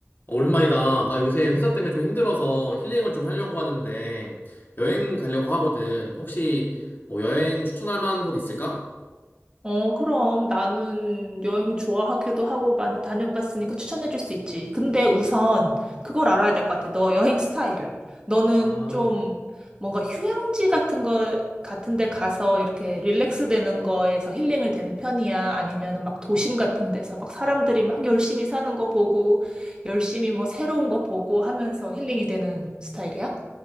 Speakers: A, on the left (about 45°); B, on the right (about 20°).
A: 오랜만이다. 나 요새 회사 때문에 좀 힘들어서 힐링을 좀 하려고 하는데 여행 가려고 하거든. 혹시 뭐 여행 추천할 만한 곳 있을까?
B: 어, 그럼 나는 여행 좋아하기도 하고 많이 다녀봤으니까 추천해줄 수 있지. 근데 우선 그걸 알아야 될 것 같아. 너 여행 스타일을. 너는
A: 아,
B: 좀 뭔가 휴양지 같은 거, 같은 데 가서 이렇게 릴렉스 되는 거에서 힐링을 되는 편이야? 아니면은 막 도심 같은 데서 막 사람들이 막 열심히 사는 거 보고, 열심히 뭐 새로운 거 보고 하면서 힐링이 되는 스타일이야?